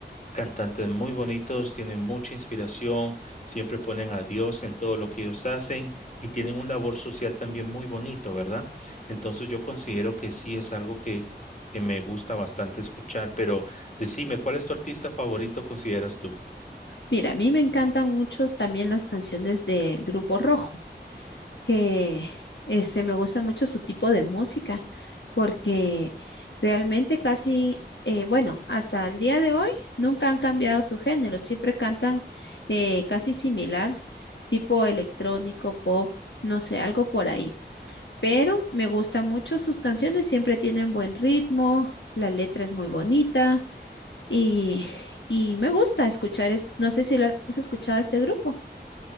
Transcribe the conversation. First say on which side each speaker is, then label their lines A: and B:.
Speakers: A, on the left; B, on the left.
A: cantantes muy bonitos, tienen mucha inspiración, siempre ponen a Dios en todo lo que ellos hacen y tienen un labor social también muy bonito, ¿verdad? Entonces yo considero que sí es algo que, que me gusta bastante escuchar, pero decime, ¿cuál es tu artista favorito consideras tú?
B: Mira, a mí me encantan mucho también las canciones del Grupo Rojo, que este, me gusta mucho su tipo de música, porque realmente casi, eh, bueno, hasta el día de hoy nunca han cambiado su género, siempre cantan eh, casi similar, tipo electrónico, pop, no sé, algo por ahí. pero me gustan mucho sus canciones, siempre tienen buen ritmo, la letra es muy bonita y, y me gusta escuchar, este, no sé si lo has escuchado este grupo.